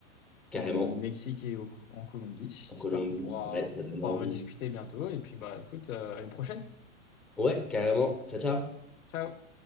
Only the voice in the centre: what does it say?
Carrément.
En
Colombie.
Ouais, ça donne
envie.
Ouais, carrément. Ciao, ciao.